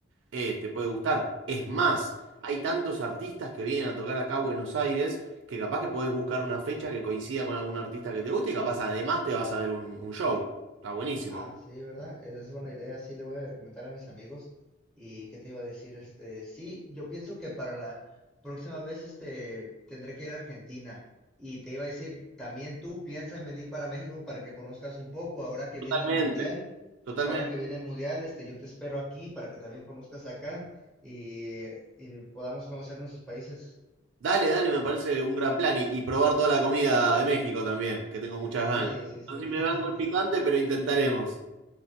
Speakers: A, on the right; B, in the centre.
A: eh, te puede gustar. Es más, hay tantos artistas que vienen a tocar acá a Buenos Aires que capaz que podés buscar una fecha que coincida con algún artista que te guste y capaz además te vas a ver un, un show. Está buenísimo.
B: Ah, sí, ¿verdad? Esa es buena idea. Sí, le voy a comentar a mis amigos. ¿Y qué te iba a decir? Este, sí, yo pienso que para la próxima vez, este, tendré que ir a Argentina. Y te iba a decir, también tú piensa en venir para México para que conozcas un poco. Ahora que
A: Totalmente.
B: viene el Mundial,
A: Totalmente.
B: ahora que viene el Mundial, este, yo te espero aquí para que también conozcas acá y, y podamos conocer nuestros países.
A: Dale, dale, me parece un gran plan y, y probar toda la comida de México también, que tengo muchas
B: Sí,
A: ganas.
B: sí, sí.
A: No sé si
B: <laughs>
A: me banco el picante, pero intentaremos.